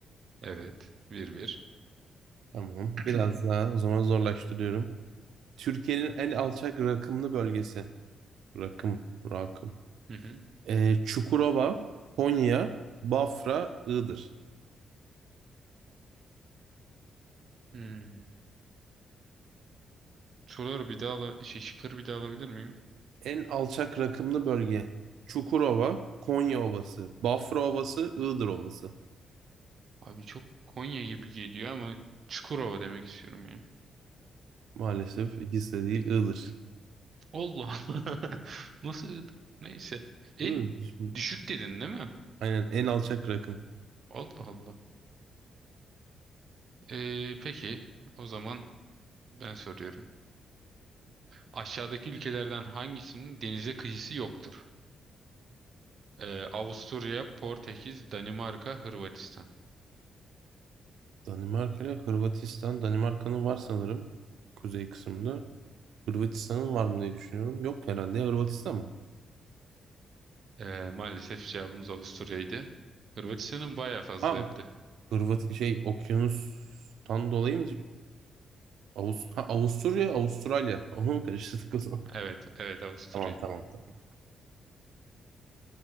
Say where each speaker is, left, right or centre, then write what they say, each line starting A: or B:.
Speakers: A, on the right; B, on the right.
A: Evet. bir bir
B: Tamam.
A: <clears throat>
B: Biraz daha o zaman zorlaştırıyorum. Türkiye'nin en alçak rakımlı bölgesi. Rakım, rakım.
A: Hı hı.
B: Ee, Çukurova, Konya, Bafra, Iğdır.
A: Hmm. Soruları bir daha ala şey, şıkları bir daha alabilir miyim?
B: En alçak rakımlı bölge. Çukurova, Konya Ovası, Bafra Ovası, Iğdır Ovası.
A: Abi çok Konya gibi geliyor ama Çukurova demek istiyorum ya.
B: Maalesef ikisi de değil, Iğdır.
A: Allah Allah. <laughs> Nasıl ığdı? Neyse. En
B: Değil mi? Şimdi-
A: düşük dedin değil mi?
B: Aynen en alçak rakım.
A: Allah Allah. Ee, peki o zaman ben soruyorum. Aşağıdaki ülkelerden hangisinin denize kıyısı yoktur? Ee, Avusturya, Portekiz, Danimarka, Hırvatistan.
B: Danimarka ile Hırvatistan. Danimarka'nın var sanırım. Kuzey kısmında. Hırvatistan'ın var mı diye düşünüyorum. Yok herhalde. Ya Hırvatistan mı?
A: Ee, maalesef cevabımız Avusturya'ydı. Hırvatistan'ın bayağı fazla
B: Ha,
A: hem de.
B: Hırvat şey okyanustan dolayı mı? Avust ha, Avusturya, Avustralya. <laughs> Onu mu karıştırdık o zaman?
A: Evet, evet Avusturya.
B: <laughs> Tamam tamam. tamam.